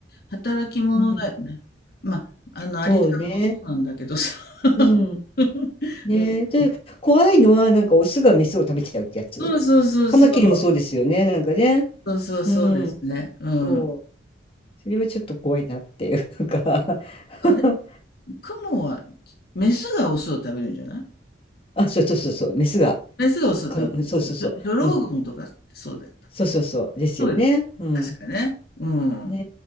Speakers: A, on the left; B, on the left.
A: 働き者だよね。
B: うん。
A: まあ、あの、アリさんもそうなんだけどさ。
B: そうね。
A: <laughs>
B: うん。ねで、
A: うん。
B: 怖いのは、なんかオスがメスを食べちゃうってやつ。
A: そうそうそうそう。
B: カマキリもそうですよね、なんかね。
A: そうそうそうですね。
B: うん。
A: うん。
B: そう。それはちょっと怖いなっていうか
A: あれ、
B: <laughs>
A: クモは、メスがオスを食べるんじゃない？
B: あ、そうそうそうそう、メスが、
A: メスがオスを食べる。
B: か、そうそうそう。
A: ジョジョロウグモとかってそうだった。
B: うん。そうそうそう。ですよね。
A: そうよね。
B: うん。
A: 確かね。うん。
B: ね